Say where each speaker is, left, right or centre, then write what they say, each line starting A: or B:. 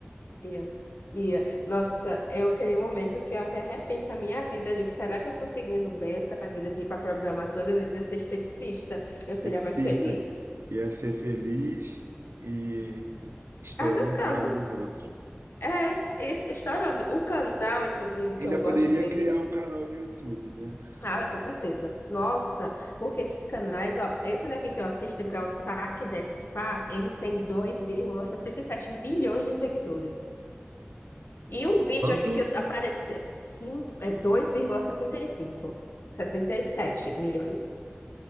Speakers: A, on the left; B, on the right.
A: Ia, ia. Nossa, é aquele momento que eu até repenso a minha vida. Eu digo, será que eu estou seguindo bem essa vida de ir para programação? Eu deveria ser esteticista. Eu
B: Esteticista.
A: seria mais feliz.
B: Ia ser feliz e e estourando
A: Arrancando.
B: o cravo dos outros.
A: É, es- estourando. O canal, inclusive, que
B: Ainda
A: eu gosto
B: poderia
A: de ver
B: criar
A: que.
B: um canal no YouTube, né?
A: Ah, com certeza. Nossa, porque esses canais, ó, esse daqui que eu assisto, que é o Saque Dep Spa, ele tem dois vírgula sessenta e sete milhões de seguidores. E um vídeo
B: Quanto?
A: aqui que apareceu, cinco- é dois vírgula sessenta sessenta e cinco sessenta e sete milhões.